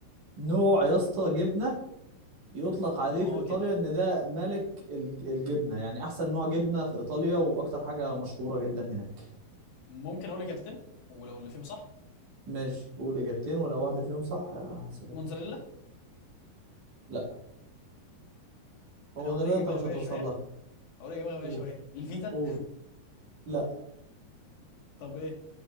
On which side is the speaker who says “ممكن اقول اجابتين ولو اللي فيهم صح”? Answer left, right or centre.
Left